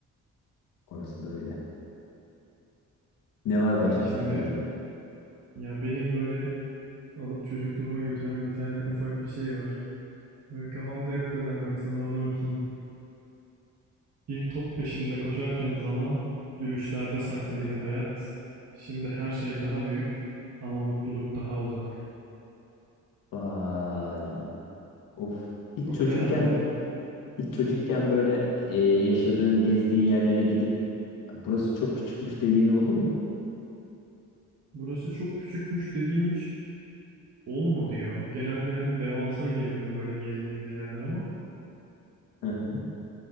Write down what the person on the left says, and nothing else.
orası da öyle. Ne var başka
sende?
Vay. Of. Hiç
çocukken
hiç çocukken böyle e, yaşadığın, gezdiğin yerlere gidip burası çok küçükmüş dediğin oldu mu?
Hı hı.